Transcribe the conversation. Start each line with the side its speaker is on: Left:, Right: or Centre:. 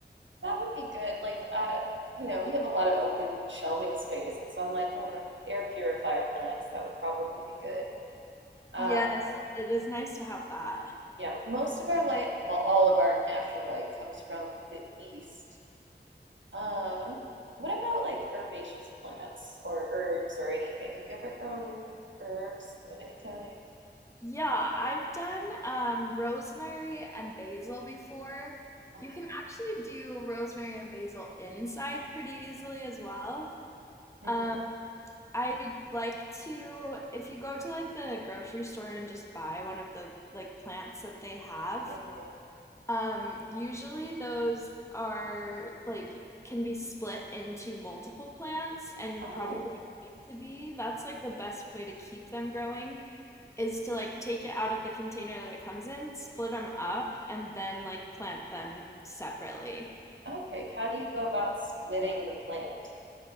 Right: that would be good. Like, uh, you know, we have a lot of open shelving space, and so I'm like, mm, air purifier plants. That would probably be good. Um,
Left: Yes, it is nice to have that.
Right: yeah, most of our light, well, all of our natural light comes from the east. Um, what about like herbaceous plants or herbs or anything? Have you ever grown herbs of any kind?
Left: Yeah, I've done um, rosemary and basil before.
Right: Oh
Left: You
Right: my
Left: can
Right: God.
Left: actually do rosemary and basil inside pretty easily as well.
Right: Mm-hmm.
Left: Um, I like to if you go to like the grocery store and just buy one of the like plants that they have.
Right: Mm-hmm.
Left: Um, usually those are like can be split into multiple plants and
Right: Oh,
Left: probably need to be. That's like the best way to keep them growing is to like take it out of the container that it comes in, split them up, and then like plant them separately.
Right: okay. How do you go about splitting the plant?